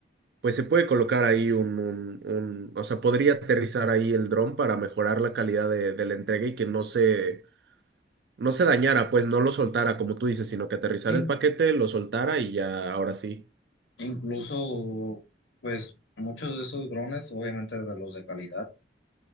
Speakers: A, on the right; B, on the left.
A: pues se puede colocar ahí un, un, un- o sea, podría aterrizar ahí el dron para mejorar la calidad de, de la entrega y que no se, no se dañara, pues no lo soltara, como tú dices, sino que aterrizara
B: sí,
A: el paquete, lo soltara y ya, ahora sí.
B: incluso, pues, muchos de esos drones, obviamente de los de calidad